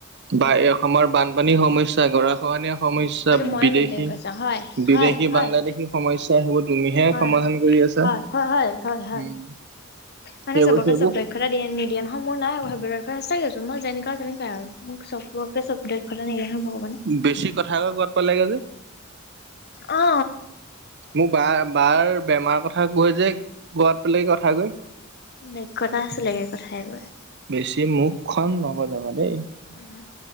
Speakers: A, on the right; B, on the left.
A: বা এই অসমৰ বানপানীৰ সমস্যা গৰা খহনীয়া সমস্যা সমস্যা
B: ময়ে
A: বিদেশী
B: মেইনটেইন কৰিছো হয়
A: বিদেশী
B: হয় হয়
A: বাংলাদেশী সমস্যা হেইবো তুমিহে
B: হয়
A: সমাধান
B: হয়
A: কৰি আছা
B: হয় হয় হয় হয় হয়
A: উম
B: মানে
A: সেইবোৰ
B: চবকে
A: সেইবোৰ
B: চব দক্ষ নিদিয়ে নহয় মোৰ নাই সেইবিলাক সচাকে কৈছো মই যেনেকুৱা তেনেকুৱাই আৰু মোক চবকে চব দক্ষতা নিদিয়ে নহয় ভগৱানে
A: বেছি কথা গৈ কৰবাত পালাগে যে
B: অ
A: মোৰ বা বাৰ বেমাৰ কথা কয় যে গোৱাত পালেগে কথা গৈ
B: দক্ষতা আছিলেগে কথাই কয়
A: বেছি মুখখন নবজাবা দেই
B: উ